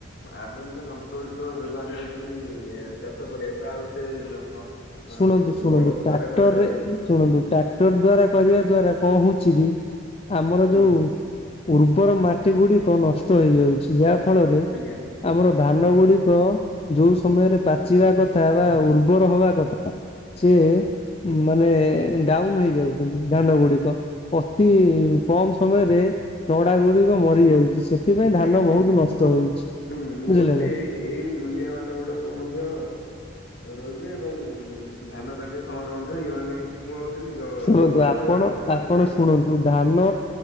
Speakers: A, on the left (about 60°); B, on the left (about 30°).
A: ଆଧୁନିକ ଯନ୍ତ୍ର ଗୁଡ଼ିକ ବ୍ୟବହାର ହେଉଛି ଚାଷ କରିବାକୁ ଆଉ ସେ
B: ଶୁଣନ୍ତୁ
A: ଅମ୍,
B: ଶୁଣନ୍ତୁ
A: ବଳଦ
B: ଟ୍ରାକ୍ଟର
A: ଦ୍ୱାରା କରାଯାଉନି।
B: ରେ ଶୁଣନ୍ତୁ୍ ଟା ଟାକ୍ଟର ଦ୍ଵାରା କରିବା ଦ୍ଵାରା କଣ ହଉଛି କି ଆମର
A: ହୁଁ
B: ଯୋଉ ଉର୍ବର ମାଟି ଗୁଡିକ ନଷ୍ଟ ହେଇଯାଉଛି ଯାହା ଫଳରେ
A: ଆଜ୍ଞା
B: ଆମର ଧାନ
A: ହୁଁ
B: ଗୁଡ଼ି ତ ଯୋଉ ସମୟରେ
A: ହୁଁ
B: ପାଚିବା କଥା ବା ଉର୍ବର ହବା କଥା। ସି ମାନେ ଡାଉନ ହେଇଯାଉଛନ୍ତି ଧାନ ଗୁଡିକ। ଅତି କମ ସମୟରେ ନଡ଼ା ଗୁଡିକ ମରି
A: ହୁଁ
B: ଯାଉଛି ସେଥିପାଇଁ ଧାନ
A: ଆଜ୍ଞା
B: ବହୁତ ନଷ୍ଟ
A: ମୁଁ କହୁ
B: ହଉଛି
A: ହୁଁ ମୁଁ
B: ବୁଝିଲେ
A: କହୁଥିଲି
B: ନାଁ?
A: ଏଇ ଏଇ ମୂଲ୍ୟ ମାନଙ୍କ ଗୁଡ଼ିକୁ ମଧ୍ୟ ରୋଇବେ ଏବଂ ଧାନ କାଟିବା ସମୟରେ ମଧ୍ୟ ଏମାନେ ମୁଁ ଭାବୁଥିଲି ଯନ୍ତ୍ର
B: ଶୁଣନ୍ତୁ ଆପଣ
A: ବ୍ୟବହାର କରିବି କିନ୍ତୁ ଆପଣ
B: ଶୁଣନ୍ତୁ ଧାନ